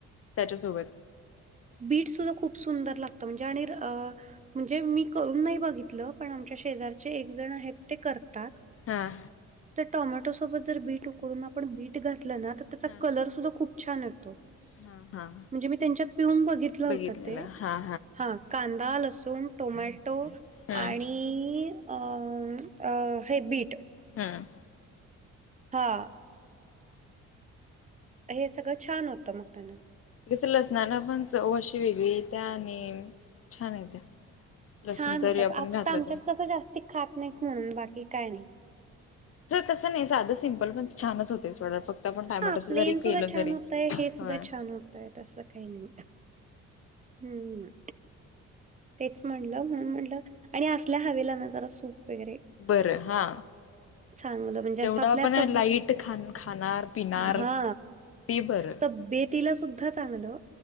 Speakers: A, on the left; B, on the right.
A: त्याच्यासोबत
B: बीटसुद्धा खूप सुंदर लागतं म्हणजे आणि अ म्हणजे मी करून नाही बघितलं, पण आमच्या शेजारचे एक जण आहेत ते करतात.
A: हां.
B: त्या टोमॅटो सोबत जर बीट उकळून आपण बीट घातलं ना, तर त्याचा
A: हा
B: कलर सुद्धा खूप- छान येतो
A: हा हा
B: म्हणजे मी त्यांच्यात पिऊन बघितला
A: बघितलेला
B: होता ते
A: हा
B: हा. कांदा, लसूण, टोमॅटो
A: हम्म
B: आणि आम् अ हे बीट-
A: हम्म
B: हा. हे सगळं छान होतं मग त्यांन
A: तसं लसणानं पण चव अशी वेगळी येत्या आणि छान येत्या. लसूण
B: छान
A: जरी
B: होत, अप्या
A: आपण घातलं
B: आमच्यात
A: तरी
B: तसं जास्त खात नाही म्हणून बाकी काय नाही.
A: तसं नाही साधं सिम्पल पण छानच होत. तेच, फक्त आपण टायमाटाच
B: हा प्लेन
A: जरी
B: सुद्धा
A: केलं
B: छान
A: तरी,
B: होतंय हे सुद्धा
A: व्हय.
B: छान होतंय तसं काही नी, हम्. तेच म्हटलं म्हणून म्हटलं आणि असल्या हवेला ना जरा सूप. वगैरे
A: बरं हा
B: चांगलं म्हणजे
A: जेवढा
B: असं आपल्या
A: पण
B: तब
A: लाईट ख खाणार. पिणार
B: हा
A: ते बरं.
B: तर बे तिलास सुद्धा चांगलं